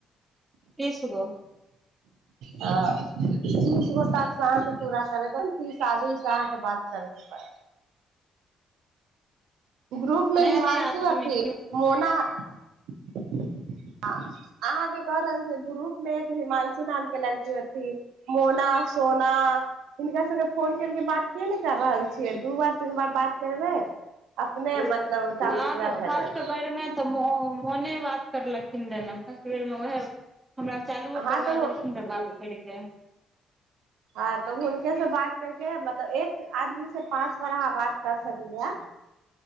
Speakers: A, on the right (about 20°); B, on the right (about 85°).
A: तिस गो
B: ह तीस गो त अहाँके पूरा करैके तीस आदमी से अहाँके बात करैके पड़ ग्रुप मे
A: नया
B: हिमानशु
A: नया आदमी
B: अथि
A: के
B: मोना <unintelligible> अहाँ के द रहल छै ग्रुप में एक हिमांश हिमांशी नाम के लड़की रहथिन मोना सोना हिनका सबके फोन करके बात क क कर रहल छियै दू बार तीन बार बात करबै अपने
A: <unintelligible>
B: मतलब टास्क
A: हँ
B: पूरा
A: तऽ
B: भए
A: फर्स्ट
B: जायत
A: बेरमे तऽ मोने बात करलखिन फस्ट बेर मे ओहे हमरा चालुओ
B: अहाँ
A: करबा
B: तऽ
A: देलखिन बात करिकऽ
B: हँ तऽ हुनके से बात करके मतलब एक आदमी से पाँच बार अहाँ बात कर सकी है